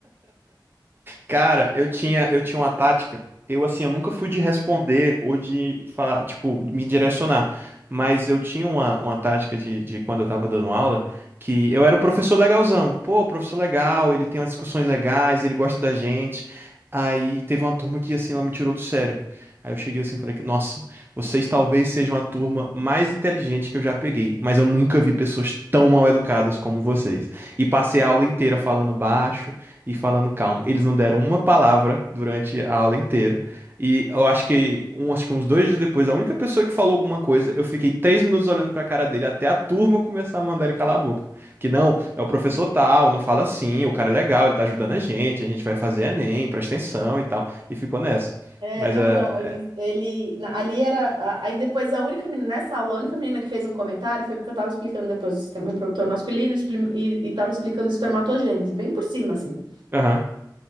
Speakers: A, on the right; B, on the right.
A: Cara, eu tinha, eu tinha uma tática. Eu, assim, eu nunca fui de responder ou de falar, tipo, me direcionar. Mas eu tinha uma, uma tática de, de quando eu tava dando aula, que eu era o professor legalzão. Pô, professor legal, ele tem umas discussões legais, ele gosta da gente. Aí teve uma turma que, assim, ela me tirou do sério. Aí eu cheguei assim e falei que, nossa, vocês talvez sejam a turma mais inteligente que eu já peguei, mas eu nunca vi pessoas tão mal educadas como vocês. E passei a aula inteira falando baixo e falando calmo. Eles não deram uma palavra durante a aula inteira. E eu acho que, um, acho que uns dois dias depois, a única pessoa que falou alguma coisa, eu fiquei três minutos olhando pra cara dele até a turma começar a mandar ele calar a boca. Que não, é o professor tal, não fala assim, o cara é legal, ele tá ajudando a gente, a gente vai fazer Enem, presta atenção e tal. E ficou nessa.
B: É,
A: Mas
B: não,
A: é.
B: não,
A: é-
B: ele, ele, na- ali era, a- aí depois a única menina, nessa aula, a única menina que fez um comentário foi porque eu tava explicando depois o sistema reprodutor masculino expli- e, e tava explicando espermatogênese, bem por cima, assim.
A: Aham,